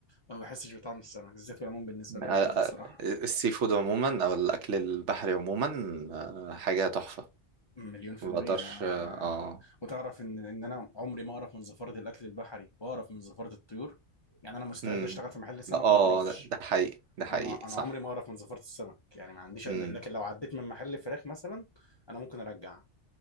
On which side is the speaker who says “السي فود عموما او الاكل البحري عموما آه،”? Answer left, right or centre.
Right